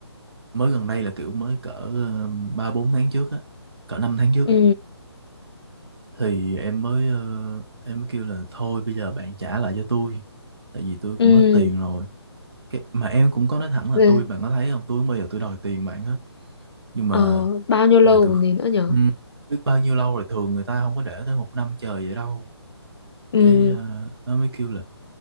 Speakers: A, on the right; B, on the left.
A: mới gần đây là kiểu mới cỡ ờ, ba bốn tháng trước á cỡ năm tháng trước
B: ừ
A: á thì em mới ờ, em mới kêu là thôi bây giờ bạn trả lại cho tôi tại vì tôi
B: ừ,
A: cũng hết tiền rồi cái mà em cũng có nói thẳng là
B: rồi
A: tôi bạn có thấy không tôi không bao giờ tôi đòi tiền bạn hết nhưng mà
B: ờ bao nhiêu lâu
A: bây giờ tôi
B: còn gì nữa nhở
A: ừm, biết bao nhiêu lâu rồi thường người ta không có để tới một năm trời vậy đâu
B: ừ
A: cái ờ, nó mới kêu là